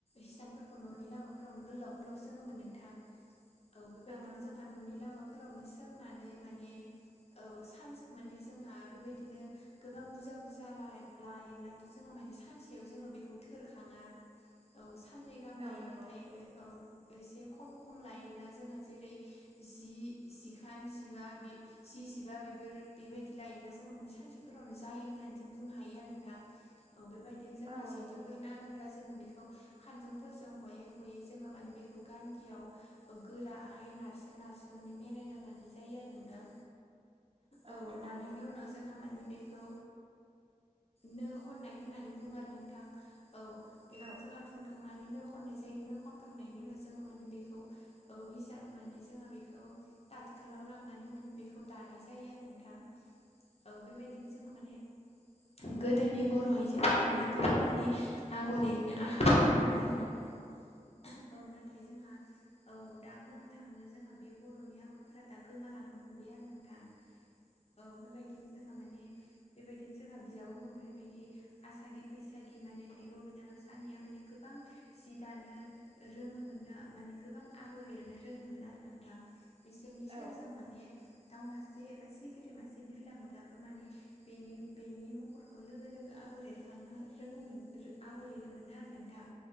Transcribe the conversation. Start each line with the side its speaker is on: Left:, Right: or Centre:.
Left: हिसानफोरखौ न'नि लामाफोरावनो गोलाव गोलाव सोङोमोन नोंथां। औ बेबायदिनो
Right: नंगौ
Left: जोंहा न'नि लामाफोरावनो सोंनानै माने औ सानसे माने जोंहा बेबायदिनो गोबां बुरजा बुरजा लायोब्लाथ' जोंहा माने सानसेयाव जोङो बेखौ थ थोरखाङा औ साननै गाहाम लायो
Right: औ नंगौ
Left: नाथाय औ एसे खम खम लायोब्ला जोंहा जेरै जि जिखान जिबा बे जि जिबा बेबोर बेबायदि लायोब्ला जोङो माने सानसे फोरावनो जायो होननानै जों बुंनो हायो आरो नोंथां औ बेबायदिनो जोंहा
Right: औ
Left: जे
Right: नंगौ
Left: नाङोब्ला जोङो बेखौ खानजुंफोरजों हयै हयै जोङो माने बेखौ गान्दियाव गोराहाय नारसो नारसो माने मेरायना लानाय जायो आरो नोंथां।
Right: <inaudible>
Left: औ
Right: नंगौ
Left: नानायनि
Right: नोंथां
Left: उनाव जोंहा माने बेखौ नो खननाय होननानै बुङो आरो नोंथां। औ बेखौ
Right: औ
Left: जोंहा थुनखांनानै नो खननाय जायो नो खनखांनायनि उनाव जोङो माने बेखौ औ हिजान माने जोङा बेखौ तातकालाव लांनानै माने बेखौ दानाय जायो आरो नोंथां। औ बेबायदिनो जोङा माने गोदोनि बर' आइजोफोरा माने गोबां माने आगर एरनो आखा फाखामोन आरो नोंथां औ नाथाय जोंहा औ दा बुंनो थाङोब्ला जोंहा बे बर'नि आगरफोरा दा गोमालांनो हमबाय आरो नोंथां‌।
Right: <inaudible>
Left: औ बेबायदिनो जोंहा माने बेबायदिनो जोंहा बिजाबाव मोनबोनायबायदि आसागि बैसा गि माने बिब' बिनानाव सानैया माने गोबां सि दानो रोङोमोननो माने गोबां आगर एरनो रोङोमोन आरो नोंथां। बिसोरनि सेरजों
Right: औ
Left: माने दाउ मासे एबा सिखिरि मासे बिरलाङोब्लाबो माने बेनि बेनि महरखौ लोगो लोगो आगर एरखाङो। रोङोमोन रो आगर एरोमोन आरो नोंथां